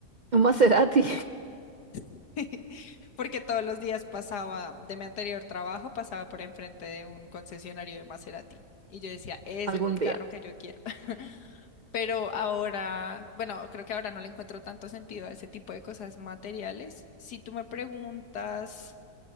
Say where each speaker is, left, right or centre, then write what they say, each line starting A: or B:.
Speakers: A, on the right; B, on the left.
A: Un Maserati
B: <laughs> porque todos los días pasaba de mi anterior trabajo, pasaba por enfrente de un concesionario de Maserati. Y yo decía, ese
A: <laughs> algún
B: es el
A: día.
B: carro que yo quiero. <laughs> Pero ahora, bueno, creo que ahora no le encuentro tanto sentido a ese tipo de cosas materiales. Si tú me preguntas...